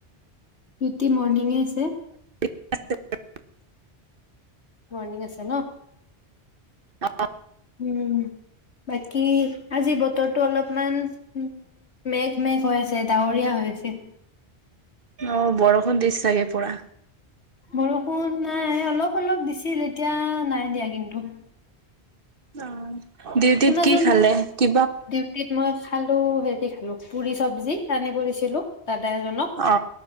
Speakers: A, on the left; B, on the right.
A: দিউটি মৰ্ণিঙে আছে।
B: আচ <unintelligible>
A: মৰ্ণিং আছে ন।
B: অ <unintelligible>
A: উম, বাকী আজি বতৰটো অলপমান উম, মেঘ-মেঘ হৈ আছে ডাৱৰীয়া হৈ আছে।
B: অ, বৰষূণ দিছে ছাগে পুৰা।
A: বৰষুণ নাই অলপ-অলপ দিছিল এতিয়া নাই দিয়া কিন্তু।
B: অ', ডিউটিত
A: শুনাচোন
B: কি খালে কি
A: ডিউটিত মই খালো স দিছিলোঁ পুৰি চব্জি আনি দিছিলো দাদা এজনক
B: অ